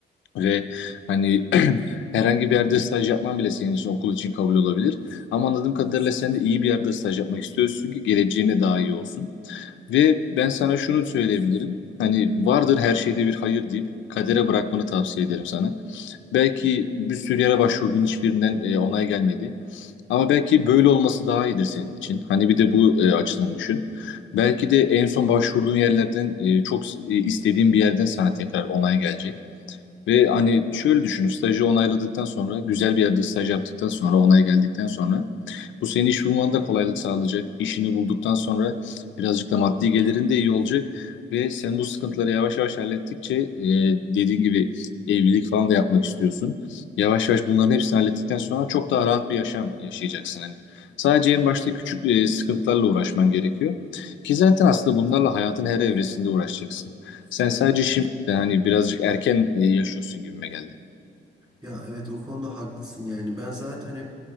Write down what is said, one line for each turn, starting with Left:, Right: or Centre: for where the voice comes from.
Left: Ve hani <clears throat> herhangi bir yerde staj yapman bile senin için okul için kabul olabilir. Ama anladığım kadarıyla sen de iyi bir yerde staj yapmak istiyorsun ki geleceğine daha iyi olsun. Ve ben sana şunu söyleyebilirim. Hani vardır her şeyde bir hayır deyip kadere bırakmanı tavsiye ederim sana. Belki bir sürü yere başvurdun hiçbirinden e, onay gelmedi. Ama belki böyle olması daha iyidir senin için. Hani bir de bu e, açıdan düşün. Belki de en son başvurduğun yerlerden e, çok e, istediğin bir yerden sana tekrar onay gelecek. Ve hani şöyle düşünün, stajı onayladıktan sonra, güzel bir yerde staj yaptıktan sonra, onay geldikten sonra bu senin iş bulmanda da kolaylık sağlayacak. İşini bulduktan sonra birazcık da maddi gelirin de iyi olacak. Ve sen bu sıkıntıları yavaş yavaş hallettikçe e, dediğin gibi evlilik falan da yapmak istiyorsun. Yavaş yavaş bunların hepsini hallettikten sonra çok daha rahat bir yaşam yaşayacaksın. Hani sadece en başta küçük e, sıkıntılarla uğraşman gerekiyor. Ki zaten aslında bunlarla hayatın her evresinde uğraşacaksın. Sen
Right: Evet.
Left: sadece şimdi sen hani birazcık erken e, yaşıyorsun gibime geldi.
Right: Ya evet o konuda haklısın yani. Ben zaten hep